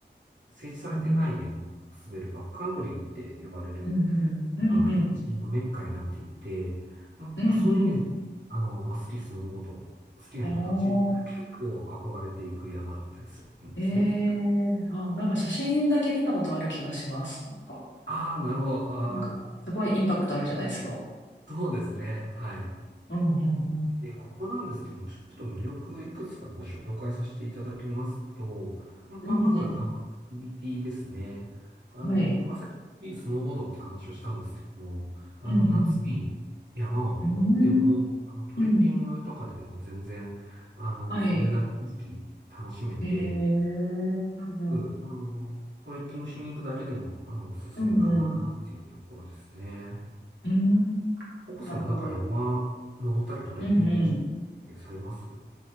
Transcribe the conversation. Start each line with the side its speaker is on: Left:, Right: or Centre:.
Right: 整地されてない山を滑るバックカントリーって呼ばれる
Left: うん。うんうん。うんうん。
Right: アクティビティのメッカになっていて、まあ、
Left: うんうん。
Right: そういう意味で、あの、まあ、スキー、スノーボード、好きな人たち、
Left: おー。
Right: <laughs> 結構憧れていく山だったりするんですね。
Left: ええー。あ、なんか写真だけ見たことある気がします。なんか、
Right: ああ、なるほど。ああ、
Left: なんか、すごいインパクトあるじゃないですか。
Right: そうですね。はい。
Left: うんうんうん。
Right: で、ここなんですけども、ちょっと魅力いくつかご紹介させていただきますと、まあ、
Left: うんう
Right: まず、あの、アクティビティですね。あの、
Left: ん。はい。
Right: まあ、さっきスノーボードって話をしたんですけども、あの、
Left: うんうん。
Right: 夏に山を登っても、
Left: うーん。
Right: あの、トレッキングとかでも全然、
Left: うん。
Right: あの、
Left: はい。
Right: 雄大な景色楽しめて、
Left: ええー。うんうん。
Right: うんあの、トレッキングしに行くだけでも、あの、おすすめかなっていうところですね。
Left: うんうん。うーん。
Right: ココさん、
Left: なるほど。
Right: なんか山登ったりトレッキングしたりってされます
Left: うんうん。